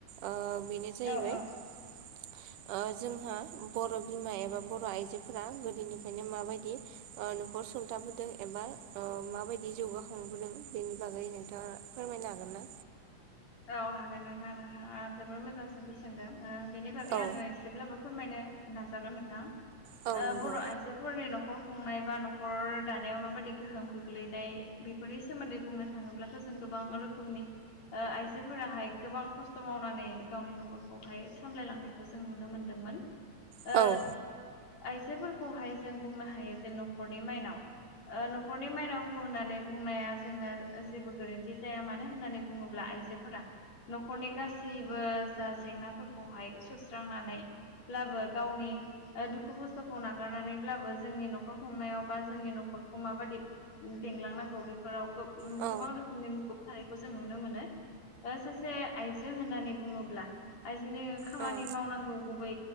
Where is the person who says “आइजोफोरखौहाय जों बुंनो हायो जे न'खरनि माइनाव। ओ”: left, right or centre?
Left